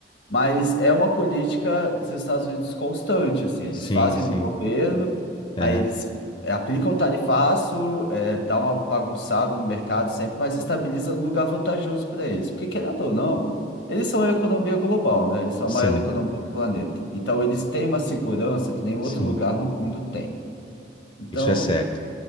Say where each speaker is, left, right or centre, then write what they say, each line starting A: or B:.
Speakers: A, on the left; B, on the left.
A: Mas é uma política dos Estados Unidos constante, assim, eles
B: sim,
A: fazem
B: sim,
A: no governo, aí
B: é,
A: eles eh, aplicam o tarifaço, eh, dá uma bagunçada no mercado sempre, mas estabiliza no lugar vantajoso para eles. Porque, querendo ou não, eles são a economia global, né? Eles são
B: são,
A: a maior economia do planeta. Então, eles têm uma segurança que nenhum
B: sim,
A: outro lugar no mundo tem. Então,
B: isso é certo.